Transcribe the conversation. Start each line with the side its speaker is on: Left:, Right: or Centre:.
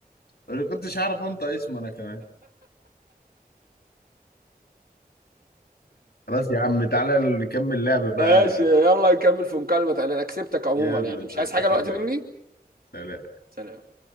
Left: أنا كنتش أعرف أنت اسمه أنا كمان خلاص يا عم تعالى نكمل لعب بقى
Right: ماشي يلا نكمل في مكالمة تانية انا كسبتك عموما
Left: يلا
Right: يعني مش عايز حاجة
Left: سلام
Right: دلوقتي مني
Left: سلام
Right: سلام